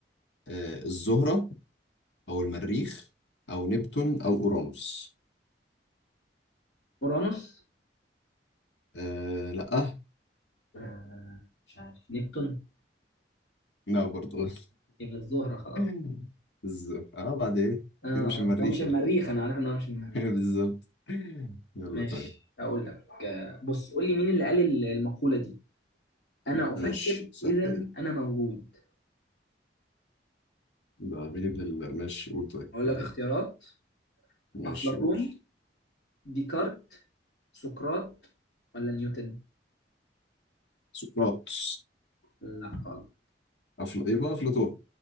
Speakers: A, on the left (about 85°); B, on the left (about 70°).
A: آه. الزهرة أو المريخ أو نبتون أو أورانوس
B: اورانوس
A: آه. لأ
B: آه مش عارف نبتون
A: لا برضه
B: يبقى الزهرة خلاص
A: <laughs> الزهرة آه بعد إيه
B: اه
A: أكيد مش المريخ
B: هو مش المريخ
A: يعني
B: انا عارف ان هو مش المريخ
A: <laughs> بالظبط يلا
B: ماشي
A: طيب
B: اقول لك آه، بص قول لي مين اللي قال ال- المقولة دي انا افكر
A: ماشي سهلة
B: اذا
A: دي
B: انا موجود
A: ده عميل ابن ال... ماشي قول طيب
B: اقول
A: إيه؟
B: لك اختيارات
A: ماشي
B: افلاطون
A: قول
B: ديكارت سقراط ولا نيوتن
A: سقراطس
B: لا غلط
A: أفل... يبقى أفلاطون